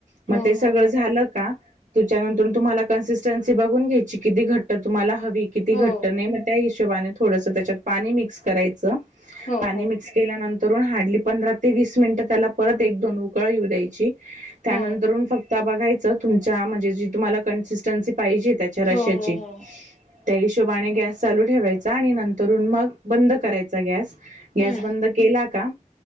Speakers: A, on the right (about 75°); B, on the left (about 70°).
A: मग
B: हो
A: ते सगळं
B: हो
A: झालं का? तुच्यानंतर तुम्हाला कन्सिस्टन्सी बघून घ्यायची किती घट्ट तुम्हाला हवी किती
B: हो
A: घट नाही मग त्या हिशोबाने थोडंस त्याच्यात पाणी मिक्स करायचं.
B: हो
A: पाणी
B: हो
A: मिक्स
B: हो
A: केल्यानंतर हार्डली पंधरा ते वस मिनट त्याला परत एक दोन उकळ येऊ द्यायची त्यानंतर
B: हो
A: फक्त बघा. त म्हणज त कजे त्याची
B: हो हो हो
A: त्या हिशोबाने गॅस चालू ठेवायचा आणि नंतर. करुन मग. बंद करायचा गॅस. गॅस
B: हम्म
A: बंद केला का.